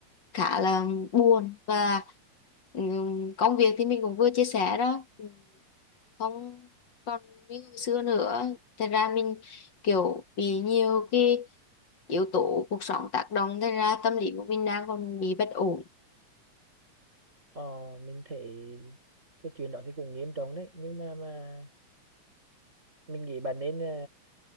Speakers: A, on the left; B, on the right.
A: khá là buồn và ừm, công việc thì mình cũng vừa chia sẻ đó Ừm, không còn như hồi xưa nữa thành ra mình kiểu bị nhiều cái yếu tố cuộc sống tác động thành ra tâm lý của mình đang còn bị bất ổn
B: Ờ, mình thấy cái chuyện đó thì cũng nghiêm trọng đấy, nhưng mà mà mình nghĩ bạn nên ờ,